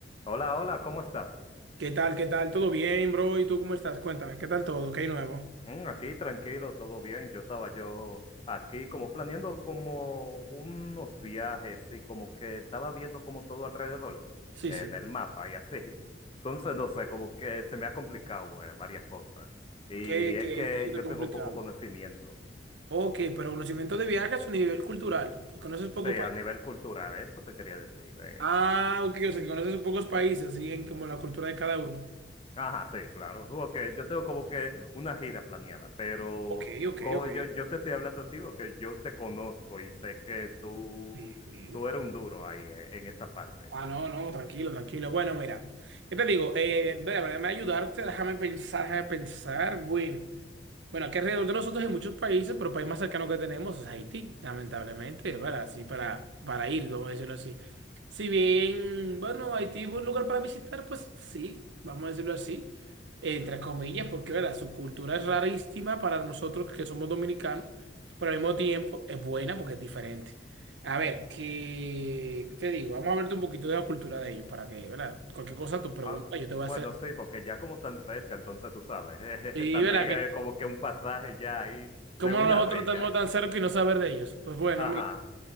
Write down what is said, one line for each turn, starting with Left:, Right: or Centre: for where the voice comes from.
Left: Hola, hola, ¿cómo estás?
Right: ¿Qué tal? ¿Qué tal? ¿Todo bien, bro? ¿Y tú cómo estás? Cuéntame, ¿qué tal todo? ¿Qué hay nuevo?
Left: Mm, aquí tranquilo, todo bien. Yo estaba yo aquí como planeando como unos viajes y como que estaba viendo como todo alrededor
Right: Sí,
Left: en
Right: sí.
Left: el mapa y así. Entonces, no sé, como que se me ha complicado eh, varias cosas. Y
Right: ¿Qué,
Left: es
Right: qué,
Left: que
Right: qué es lo
Left: yo
Right: complicado?
Left: tengo poco conocimiento.
Right: Ok, pero conocimiento de viajes a nivel cultural. ¿Conoces pocos
Left: Sí,
Right: países?
Left: a nivel cultural, eso te quería decir. eh,
Right: Ah, ok, o sea, que conoces pocos países, y en como la cultura de cada uno.
Left: Ajá, sí, claro. Porque yo tengo como que una gira planeada, pero
Right: Ok, ok,
Left: co-
Right: ok.
Left: yo, yo te estoy hablando a ti porque yo te conozco y sé que tú,
Right: Bien, bien.
Left: tú eres un duro ahí eh, en esa parte.
Right: Ah, no, no, tranquilo, tranquilo. Bueno, mira, ¿qué te digo? Eh, mira, déjame ayudarte, déjame pensar, déjame pensar. Bueno. Bueno, aquí alrededor de nosotros hay muchos países, pero el país más cercano que tenemos es Haití, lamentablemente, es para, así, para, para ir, vamos a decirlo así. Si bien, bueno, Haití es un lugar para visitar, pues sí, vamos a decirlo así, entre comillas, porque ¿verdad? su cultura es rarísima para nosotros que somos dominicanos, pero al mismo tiempo es buena porque es diferente. A ver, ¿qué qué te digo? Vamos a hablarte un poquito de la cultura de ellos para que, ¿verdad? Cualquier cosa, tu pregunta,
Left: Ah,
Right: yo te voy
Left: bueno,
Right: a hacer.
Left: sí, porque ya como tan cerca, entonces tú sabes, <laughs>
Right: Sí,
Left: también
Right: ¿verdad? que
Left: es como que un pasaje ya ahí
Right: ¿Cómo
Left: de una
Right: nosotros
Left: vez
Right: estamos
Left: ya.
Right: tan cerca y no saber de ellos? Pues bueno,
Left: Ajá,
Right: mira.